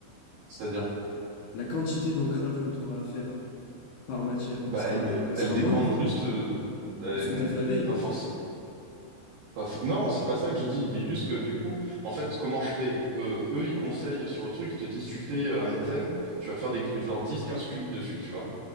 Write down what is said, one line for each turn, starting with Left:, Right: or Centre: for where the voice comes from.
Right: C'est-à-dire,
Left: La quantité d'ancrage que tu auras à faire par matière, il
Right: bah,
Left: sera,
Right: elle,
Left: elle
Right: elle
Left: sera
Right: dépend
Left: moindre
Right: juste, euh, bah,
Left: de ce que tu as fait la veille.
Right: pas forcément. Pas f- Non, c'est pas ça que je dis. Je dis juste que du coup, en fait, comment je fais? Euh, eux, ils conseillent sur le truc, ils te disent, tu fais euh, un item, tu vas faire des genre 10-15 QI dessus, tu vois.